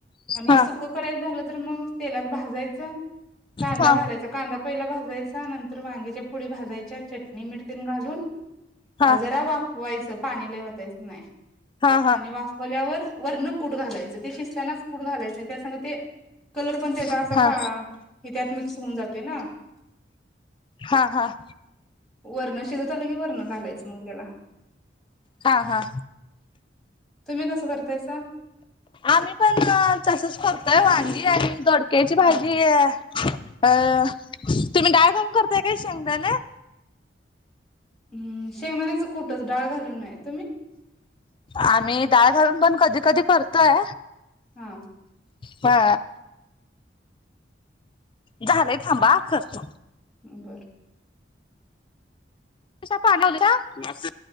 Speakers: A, in the centre; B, on the left.
A: आणि
B: हा
A: सुख करायचं झालं तर मग तेलात भाजायचं कांदा
B: हा
A: घालायचा कांदा पहिला भाजायचा नंतर वांग्याच्या फोडी भाजाय च्या चटणी मीठ तेन घालून <inaudible>
B: हा
A: अ जरा वाफवायचं. पाणी लई ओतायच नाय.
B: हा हा
A: आणि वाफवल्यावर वरण कुठ घालायचं ते शिस्तानाच कुठ घालायचं नाही त्या सग ते कलर पण त्याचा
B: हा
A: असा काळा हे त्यात मिक्स होऊन जातोय ना
B: हा हा
A: वर्ण शिजत आलं कि वर्ण घालायचं मग त्याला
B: हा हा.
A: तुम्ही कसं करतायसा
B: आम्ही पण तसच करतोय वागींं <unintelligible> कैची भाजी
A: हा
B: अ अ तुम्ही डायगम करताय काही शांगता ना
A: हम्म शेंगदाण्याचं कुठंच डाळ घालून नाहीयत
B: आमही डाळ घालून पण कधी कधी करतोय
A: हा
B: ह झालंय थांबा खसत
A: बरं
B: त